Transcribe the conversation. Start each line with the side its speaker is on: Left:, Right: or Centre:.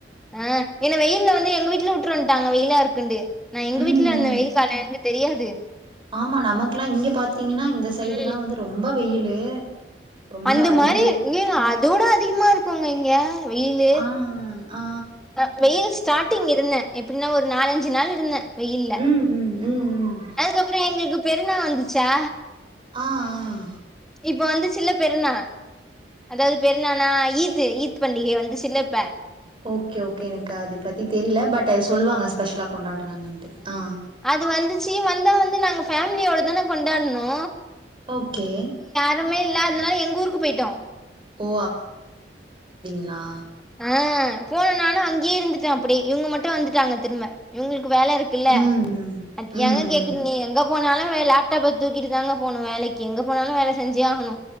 Centre: ஆ என்ன வெயில்ல வந்து எங்க வீட்ல விட்ரு வன்ட்டாங்க வெயிலா இருக்குன்டு நா எங்க
Right: ம்
Centre: வீட்ல இருந்த
Right: ம்
Centre: வெயில் கால தெரியாது
Right: ஆமா நமக்லா இங்க பாத்திங்கனா இந்த சைடுலா
Centre: ம்.
Right: வந்து ரொம்ப வெயிலு ரொம்ப
Centre: அந்த
Right: அதிகமா
Centre: மாரி இங்க அதோட அதிகமா இருக்குங்க இங்க வெயிலு
Right: ஆ ஆ ஆ
Centre: அ வெயில் ஸ்டாட்டிங் இருந்த எப்டினா ஒரு நாலஞ்சு நாள் இருந்த வெயில்ல
Right: ம் ம் ம் ம்
Centre: அதுக்கப்றோ எங்ளுக்கு பெருநா வந்துச்சா
Right: ஆஆஆ
Centre: இப்ப வந்துச்சில்ல பெருநா அதாவது பெரு நானா ஈத்து ஈத் பண்டிக வந்துச்சில்ல இப்ப
Right: ஓகே ஓகே எனக் அது பத்தி தெரில பட் சொல்வாங்க ஸ்பெஷலா கொண்டாடுறாங்கன்ட்டு ஆ
Centre: அது வந்துச்சு வந்தோன்னே நாங்க ஃபேமிலியோட தான கொண்டாட்னு
Right: ஓகே
Centre: ஒண்ணுமே இல்ல அதுனால எங்க ஊர்க்கு போய்ட்டோ
Right: ஓ <inaudible> ங்களா
Centre: ஆ போன நானல அங்கே இருந்துட்ட அப்டே இவுங்க மட்டு வந்துட்டாங்க திரும்ம இவுங்களுக்கு வேல இருக்குல்ல
Right: ம் ம்
Centre: அஃகியாங்க
Right: ம்
Centre: கேக்றிங்க
Right: ம்
Centre: எங்கப் போனாலு வே லேப்டாப்ப தூக்கிட்டு தாங்க போனு வேலக்கி எங்க போனாலு வேல செஞ்சே ஆகணு